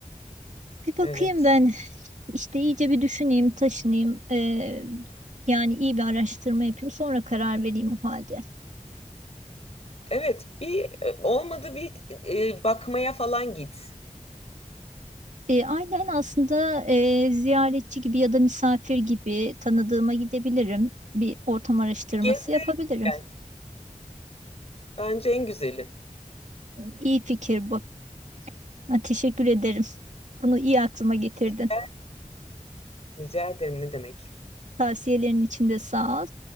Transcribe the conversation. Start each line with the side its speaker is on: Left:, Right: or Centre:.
Right: Bir bakayım
Left: Evet.
Right: ben işte iyice bir düşüneyim, taşınayım. E, yani iyi bir araştırma yapayım sonra karar vereyim o halde.
Left: Evet, bir e, olmadı bir e, bakmaya falan git.
Right: E, aynen aslında e, ziyaretçi gibi ya da misafir gibi tanıdığıma gidebilirim. Bir ortam araştırması
Left: Gezmeye
Right: yapabilirim.
Left: gel. Bence en güzeli.
Right: İyi fikir bu. Ha, teşekkür ederim. Bunu iyi aklıma getirdin.
Left: Rica, rica ederim ne demek.
Right: Tavsiyelerin için de sağ ol.